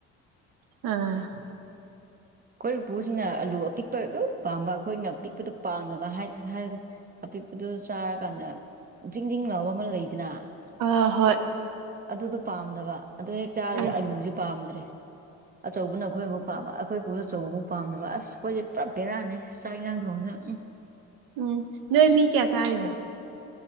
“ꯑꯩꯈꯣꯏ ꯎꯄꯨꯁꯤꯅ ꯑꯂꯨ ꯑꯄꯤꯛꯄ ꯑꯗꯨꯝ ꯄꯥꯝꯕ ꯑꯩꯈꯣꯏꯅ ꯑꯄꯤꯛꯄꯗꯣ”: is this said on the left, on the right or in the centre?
Right